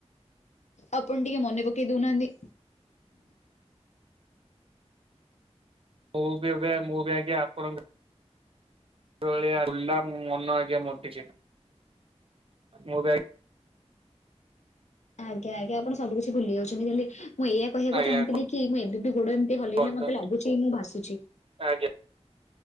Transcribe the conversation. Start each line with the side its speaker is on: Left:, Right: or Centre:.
Left: ଆପଣ ଟିକେ ମନେ ପକେଇ ଦଉନାହାନ୍ତି?
Right: ମୁଁ ବି ଏବେ ମୁଁ ବି ଆଜ୍ଞା ଆପଣଙ୍କ <unintelligible> ବୁଲିଲା ମନ ଆଜ୍ଞା ମୋର ଟିକେ ମୁଁ ବି ଆ
Left: ଆଜ୍ଞା ଆଜ୍ଞା ଆପଣ ସବୁ କିଛି ଭୁଲି ଯାଉଛନ୍ତି ଖାଲି ମୁଁ ଏଇଆ କହିବାକୁ
Right: ଆଜ୍ଞା
Left: ଚାହୁଁଥିଲି କି ମୁଁ ଏବେ ବିି ଗୋଡ ହଲେଇ
Right: କୁହନ୍ତୁ
Left: ହେଲେ ମତେ ଲାଗୁଚି ମୁଁ ଭାସୁଚି।
Right: ଆଜ୍ଞା।